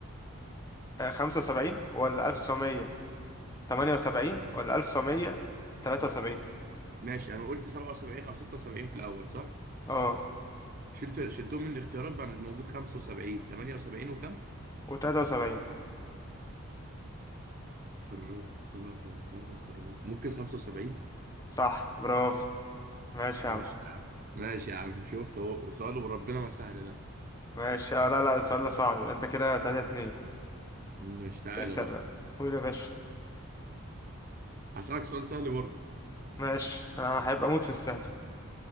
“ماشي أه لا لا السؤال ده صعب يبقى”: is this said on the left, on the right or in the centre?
Left